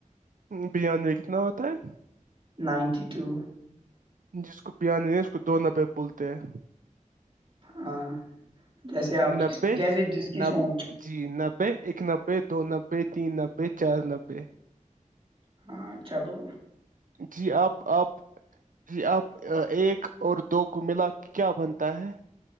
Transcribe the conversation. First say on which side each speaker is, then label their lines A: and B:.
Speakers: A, on the right; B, on the right.
A: بریانی میں کتنا ہوتا ہے
B: نائنٹی ٹو
A: جس کو بانی نہیں اس کو دو نفع بولتے ہیں
B: ہاں جیسے آپ
A: نبے
B: کی جیسے جس کی
A: نب
B: سوچ
A: جی نبے ایک نبے دو نبے تین نبے چار نوے
B: ہاں چلو
A: جی آپ آپ جی آپ ایک اور دو کو ملا کیا بنتا ہے